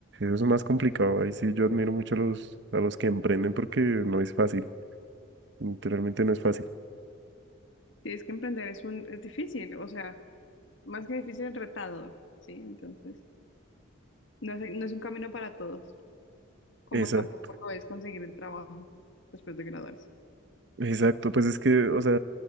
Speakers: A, on the right; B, on the left.
A: eso es más complicado. Ahí sí yo admiro mucho a los, a los que emprenden porque no es fácil. Literalmente no es fácil.
B: Si es que emprender es un, es difícil, o sea, más que difícil, retador, ¿sí? Entonces, no es, no es un camino para todos, como
A: Exacto,
B: tampoco lo es conseguir el trabajo después de graduarse.
A: exacto, pues es que, o sea,